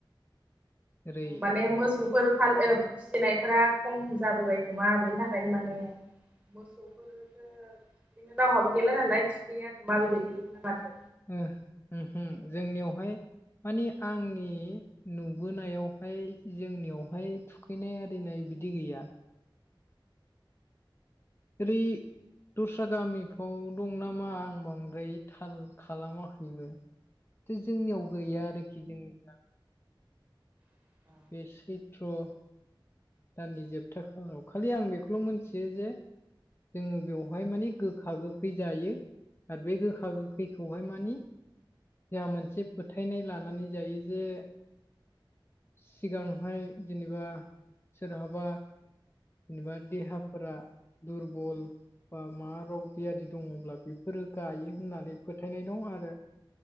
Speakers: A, on the left (about 30°); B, on the right (about 15°).
A: ओरै
B: <unintelligible> फोर <unintelligible> फिसिनायफोरा खम जाबोबाय खोमा बेनि थाखायनो माने मोसौफोर <unintelligible> रावहाबो गैला नालाय थुगैयाखोमा बेबायदि ना माथो
A: <unintelligible> जोंनियावहाय मानि आंनि नुबोनायावहाय जोंनियावहाय थुखैनाय आरिनाय बिदि गैया। <unintelligible> दस्रा गामिफ्राव दं नामा आं बांद्राय थाल खालामाखैबो। <unintelligible> जोंनियाव गैया आरोखि जोंनि
B: <unintelligible>
A: बे सैथ्र' दाननि जोबथा खालाराव खालि आं बेखौल' मोनथियो जे जोङो बेवहाय माने गोखा गोखै जायो आरो बे गोखा गोखैखौहाय मानि जोंहा मोनसे फोथायनाय लानानै जायो जे सिगांहाय जेनेबा सोरहाबा जेनेबा देहाफोरा दुरबल बा मा रग बियादि दङ'ब्ला बेफोरो गायो होननानै फोथायनाय दं आरो।